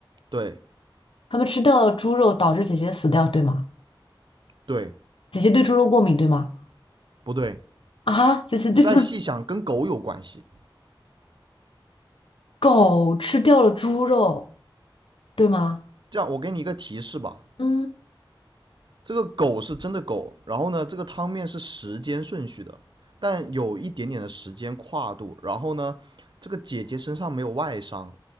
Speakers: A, on the right; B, on the left.
A: 对
B: 他们吃掉了猪肉，导致姐姐死掉对吗？
A: 对，
B: 姐姐对猪肉过敏对吗？
A: 不对？
B: 啊，姐姐对猪
A: 你再细想，跟狗有关系。
B: 狗吃掉了猪肉对吗？
A: 这样，我给你一个提示吧，
B: 嗯，
A: 这个狗是真的狗，然后呢，这个汤面是时间顺序的，但有一点点的时间跨度。然后呢，这个姐姐身上没有外伤，